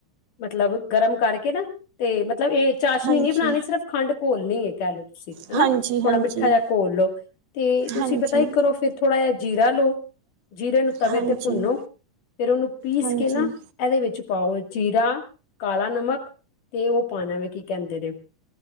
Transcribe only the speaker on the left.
ਮਤਲਬ ਗਰਮ ਕਰਕੇ ਨਾ ਤੇ ਮਤਲਬ ਇਹ ਚਾਸ਼ਨੀ
ਨੀ ਬਣਾਉਣੀ ਸਿਰਫ ਖੰਡ ਘੋਲਣੀ ਏ ਕਹਿ ਲੋ ਤੁਸੀਂ ਹਨਾ
ਥੋੜਾ
ਮਿੱਠਾ ਜਿਹਾ ਘੋਲ ਲਓ ਤੇ ਤੁਸੀਂ
ਪਤਾ ਹੀ ਕਰੋ ਫੇਰ ਥੋੜ੍ਹਾ ਜਿਹਾ ਜੀਰਾ ਲਓ ਜੀਰੇ ਨੂੰ ਤਵੇ
ਤੇ ਭੁੰਨੋ ਫੇਰ ਉਹਨੂੰ ਪੀਸ
ਕੇ ਨਾ ਇਹਦੇ ਵਿੱਚ ਪਾਓ ਜੀਰਾ, ਕਾਲਾ ਨਮਕ ਤੇ ਉਹ ਪਾਣਾ ਵੀ ਕੀ ਕਹਿੰਦੇ ਨੇ